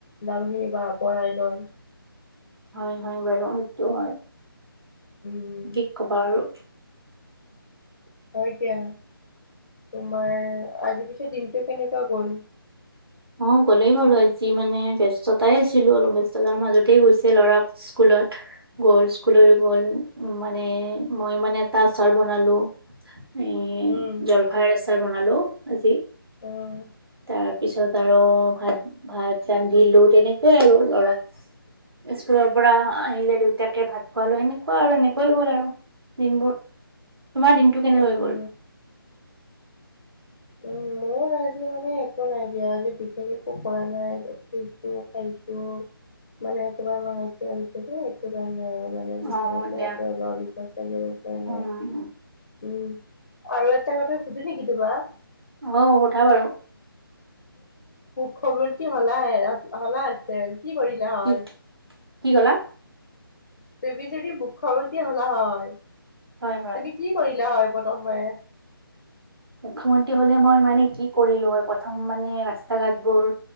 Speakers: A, on the left; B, on the right.
A: মানুহখিনিৰ পৰা পঢ়াই নহয়
B: হয় হয় বাৰু সেইটো হয়
A: উম,
B: কি ক'বা আৰু
A: হয় দিয়া তোমাৰ আজি পিছত দিনটো কেনেকুৱা গল
B: অ গ'লেই বাৰু আজি মানে ব্যস্ততাই আছিলো অলপ ব্যস্ততাৰ মাজতে গৈছে ল'ৰাক স্কুল ত গ'ল স্কুলত গল উ মানে মই মানে এটা আচাৰ বনালো এ
A: উম,
B: জলফাই আচাৰ বনালো আজি
A: উম।
B: তাৰ পিছত আৰু ভাত ভাত ৰান্ধিলো তেনেকৈ আৰু লৰাক স্কুলৰ পৰা আহিলে দেউতাকে ভাত খোৱালো সেনেকুৱা আৰু সেনেকৈ গ'ল আৰু দিনবোৰ তোমাৰ দিনটো কেনেকে
A: উম,
B: গল <unintelligible>
A: উম, মোৰ মানে একো নাই দিয়া যে বিশেষ একো কৰা নাই শুইছো খাইছো মানে তোমাৰ <unintelligible> আনিছিলো তোমাৰ <unintelligible> বিচনাত
B: অ
A: পৰি
B: দিয়া
A: আছে গা বিষত থাকিব পৰা নাই
B: উম
A: উম আৰু এটা কথা সুধো নিকি তোমাক
B: অহ সোধা বাৰু
A: সৰুৰ কি হলা হল হলা আছে কি কৰিলা হয়
B: কি কি ক'লা
A: তুমি যদি মুখ্যমন্ত্ৰী হলা হয়
B: হয় হয়
A: তুমি কি কৰিলা হয় গতম মই
B: মুখ্যমন্ত্ৰী হলে মই মানে কি কৰিলো হয় প্ৰথম মানে ৰাস্তা ঘাটবোৰ